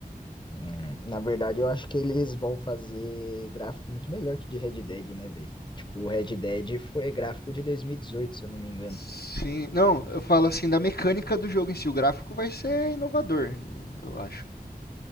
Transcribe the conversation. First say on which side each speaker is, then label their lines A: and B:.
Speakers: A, on the left; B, on the left.
A: Hum, na verdade, eu acho que eles vão fazer gráfico muito melhor que de Red Dead, né, velho? Tipo, o Red Dead foi gráfico de 2018, se eu não me engano.
B: Sim, não, eu falo assim da mecânica do jogo em si. O gráfico vai ser inovador, eu acho.